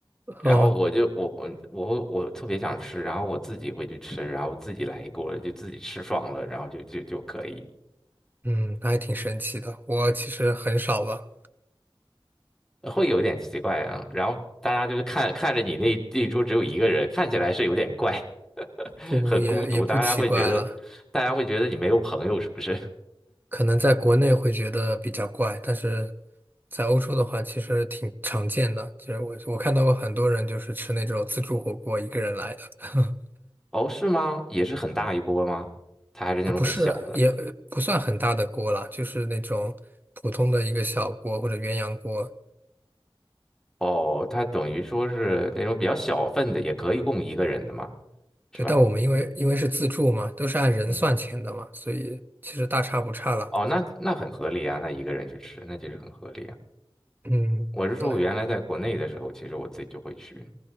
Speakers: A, in the centre; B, on the right (about 20°).
A: 然后我就我我我会我特别想吃，
B: 哦，
A: 然后我自己会去吃，然后自己来一锅就自己吃爽了，然后就就就可以，
B: 嗯，那还挺神奇的。我其实很少吧，
A: 会有点奇怪啊，然后大家就是看看着你那那一桌只有一个人，看起来是有点怪。
B: 不不也也不奇怪了。
A: 很孤独，大家会觉得，大家会觉得你没有朋友，是不是？
B: 可能在国内会觉得比较怪，但是在欧洲的话，其实挺常见的。其实我我看到过很多人就是吃那种自助火锅，一个人来的，<laughs>
A: 哦，是吗？也是很大一波吗？它还是那种很小的。
B: 啊，不是也呃不算很大的锅啦，就是那种普通的一个小锅或者鸳鸯锅。
A: 哦，它等于说是那种比较小份的，也可以供一个人的嘛，是吧？
B: 对，但我们因为因为是自助嘛，都是按人算钱的嘛，
A: 嗯，
B: 所以其实大差不差了。
A: 哦，那那很合理啊，那一个人去吃，那其实很合理啊。
B: 嗯，
A: 我是说，
B: 对，
A: 我原来在国内的时候，其实我自己就会去。